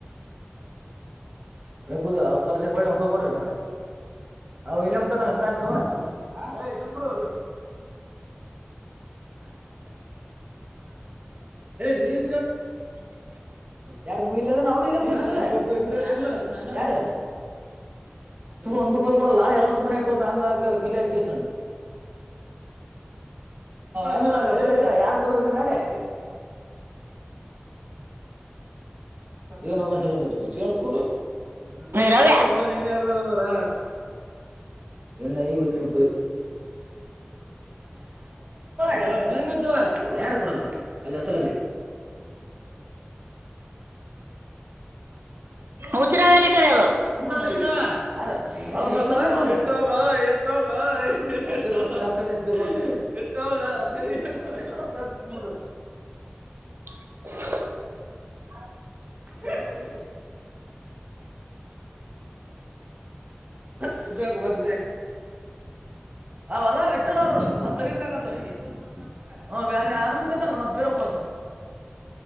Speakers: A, on the right; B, on the right.
A: ಅ ಕುದ ಅವ್ರರು ತಲಸೆಳ್ಳ ಕೊಡ್ರಿ ಇ ಂತ ಸಮೆ ಹ ಮ ನೀ ಯ ಯಾರು ಮುಗಿಲ್ಲ ಅದ್ರ ನನು ಇಲ್ಲ ಮು ಯಾರ ಒಂದಡಾ ಎಲ್ಲ ಮನೆ ಇಟ್ಟುೋದ ಹಂಗ ಹಾಕ ಕಿ ಹಾಕಷ್ಟ ಅದೋಡ ನನ ತ ಯಾರ್ ಕದದ ಮೇಲೆ ಏನ್ ಅ ಭಷ ಬರ್ಬೇಕತ್ತಚಣತ ಎಲ್ಲ ಏ
B: ರವ್ಯ
A: ಇಟ್ಟೋಗೋ ನೀನ್ ಯಾರ ಬಮ್ಮಾರ ಎ್ಣಿತರ ಗತ್ತವ ಯಾರು ಕೊಡಲ್ಲ ಅಲ್ಲಿ ಅಸಲಲ್ಲಿ
B: ಹುಚ್ಚ ರವ್ಯನ ಕರೆಯೋದು
A: ನ ಜ ಡ ಯಾರ ಎೋಗ ಎಂಟೋಗಂಟ ಹೋಗ ಸುರು
B: <inaudible>
A: ಡ ಇ ಗೋಪಲ್ ಅವದ ಇಟ್ಟ ಅವರು ಮತ್ ತರಿಬೇಕಂತ ಅವ್ರಿಗೆ ಹ ಅಲ್ಲಿ ಅನು ಮುಖತನ ಮತ್ ಬೀರಬ್ಬ ಬರ್ತಾನ